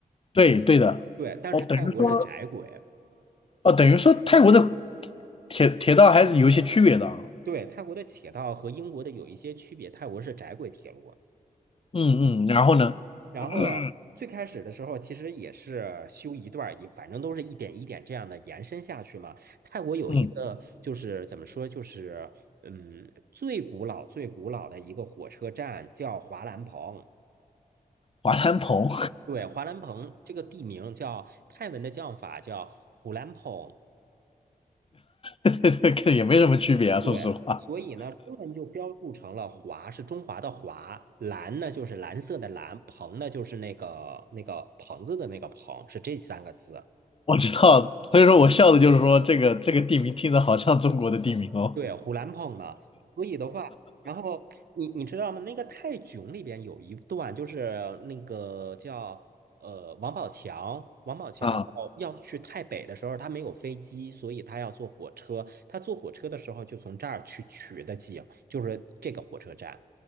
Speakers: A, on the left; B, on the right.
A: 对对的，
B: 对，但是泰国是窄轨，
A: 哦，等于说，哦，等于说泰国的铁铁道还是有一些区别的啊。
B: 对，泰国的铁道和英国的有一些区别，泰国是窄轨铁路。
A: 嗯嗯，然后呢？
B: 然后呀，
A: 嗯，
B: 最开始的时候其实也是修一段儿，也反正都是一点一点这样的延伸下去嘛。泰国有一个就是怎么说，
A: 嗯
B: 就是嗯，最古老最古老的一个火车站叫华兰蓬。
A: 华南鹏，
B: 对，华兰蓬这个地名叫泰文的叫法叫虎兰蓬。
A: <laughs> 这个也没什么区别啊，
B: 对，
A: 说实话，
B: 所以呢，中文就标注成了华是中华的华，蓝呢就是蓝色的蓝，蓬呢就是那个那个棚子的那个棚，是这三个字。
A: 我知道，所以说我笑的就是说这个这个地名听着好像中国的地名哦。
B: 对，虎兰碰的，所以的话，然后你你知道吗？那个泰囧里边有一段，就是那个叫呃王宝强，王宝强要要去泰北的时候，
A: 啊
B: 他没有飞机，所以他要坐火车。他坐火车的时候，就从这儿去取的景，就是这个火车站。